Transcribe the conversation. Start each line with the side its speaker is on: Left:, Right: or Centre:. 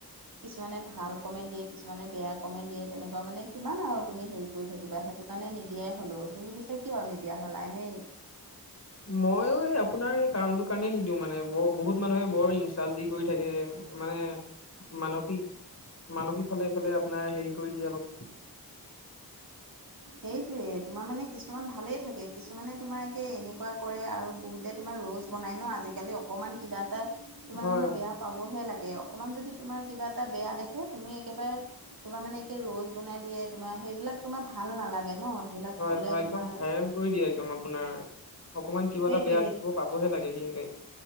Right: কিছুমানে ভাল কমেণ্ট দিয়ে কিছুমানে বেয়া কমেণ্ট দিয়ে তেনেকুৱা মানে কিমান আৰু তুমি হেৰি কৰি থাকিবা সেইটো কাৰণে নিদিয়াই হ'লো তুমি পিছে কিয় নিদিয়া হ'লা এনেই
Left: মইও এই আপোনাৰ এই কাৰণটোৰ কাৰণে নিদিওঁ মানে বৰ বহুত মানুহে বৰ ইনচাল দি কৰি থাকে মানে মানসিক মানসিক ফালে এইফালে আপোনাৰ হেৰি কৰি দিয়ে অলপ
Right: সেইটোয়ে তোমাৰ মানে কিছুমান ভালেই থাকে কিছুমানে তোমাৰ একে এনেকুৱা কৰে আৰু বহুতে তোমাৰ ৰ'লছ বনাই ন আজিকালি অকমান কিবা এটা তোমাৰ
Left: হয়।
Right: মানে বেয়া পাবহে লাগে অকণমান যদি তোমাৰ কিবা এটা বেয়া দেখে তুমি একেবাৰে তোমাৰ মানে কি ৰ'লছ বনাই দিয়ে তোমাৰ সেইবিলাক তোমাৰ ভাল নালাগে ন সেইবিলাক
Left: হয়
Right: ক'লে
Left: হয় একদম
Right: তোমাৰ
Left: ভেল কৰি দিয়ে একদম আপোনাৰ অকমান কিবা
Right: সেইটোৱে
Left: এটা বেয়া দেখিব পাবহে লাগে সিন্তে